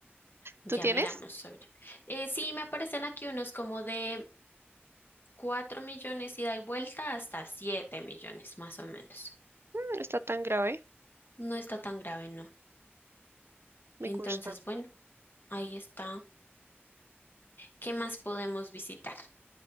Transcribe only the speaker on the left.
Ya
miramos sobre. Eh, sí, me aparecen aquí unos como de 4 millones ida y vuelta hasta 7 millones más o menos.
No está tan grave, ¿no?
Entonces,
bueno, ahí está. ¿Qué más podemos visitar?